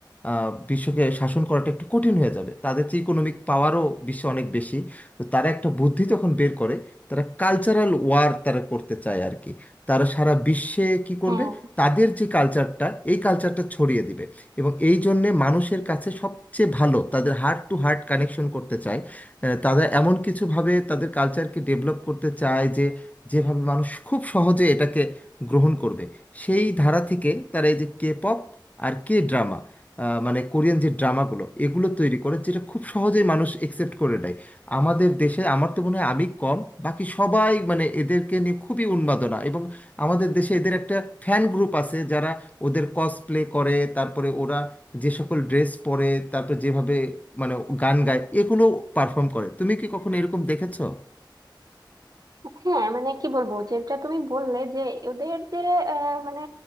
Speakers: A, on the left; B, on the right.
A: আহ, বিশ্বকে শাসন করাটা একটু কঠিন হয়ে যাবে তাদের যে ইকোনমিক পাওয়ারও বিশ্বে অনেক বেশি তো তারা একটা বুদ্ধি যখন বের করে তারা কালচারাল ওয়ার তারা করতে চায় আর কি তারা সারা বিশ্বে কি করবে
B: হ্যাঁ
A: তাদের যে কালচারটা এই কালচারটা ছড়িয়ে দিবে এবং এই জন্যে মানুষের কাছে সবচেয়ে ভালো তাদের হার্ট টু হার্ট কানেকশন করতে চায় আহ, তারা এমন কিছুভাবে তাদের কালচারকে ডেভেলপ করতে চায় যে যেভাবে মানুষ খুব সহজে এটাকে গ্রহণ করবে সেই ধারা থেকে তারা এই যে কে পপ আর কে ড্রামা মানে কোরিয়ান যে ড্রামাগুলো এগুলো তৈরি করে যেটা খুব সহজেই মানুষ একসেপ্ট করে নেয় আমাদের দেশে আমার তো মনে হয় আমি কম বাকি সবাই মানে এদেরকে নিয়ে খুবই উন্মাদনা এবং আমাদের দেশে এদের একটা ফ্যান গ্রুপ আছে যারা ওদের কসপ্লে করে তারপরে ওরা যে সকল ড্রেস পরে তারপর যেভাবে মানে গান গায় এগুলো পারফর্ম করে তুমি কি কখনো এরকম দেখেছো
B: হ্যাঁ মানে কি বলবো যেটা তুমি বললে যে ওদের যে আহ, মানে